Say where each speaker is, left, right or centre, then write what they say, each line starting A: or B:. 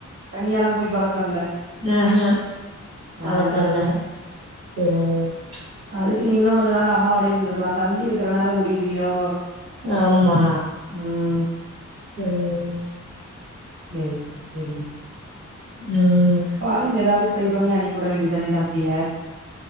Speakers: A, on the right (about 50°); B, on the right (about 75°).
A: தனியாலா போய் பழக்கோ இல்ல
B: ம்ஹு பழக்கோ
A: ஆ
B: இல்ல உம் ப்ச்
A: அதுக்கு நீ இன்னு கொஞ்ச நாள அம்மாவோடே இருந்திருக்கலா தம்பி இருக்கிறனால ஓடிறியோ
B: ஆமா
A: ம்
B: உம்
A: செரி சொரி செரி
B: ம்
A: ஃபாரின் எதாவது ட்ரை பண்ணி அனுப்பிவிட வேண்டியதுதானே தம்பிய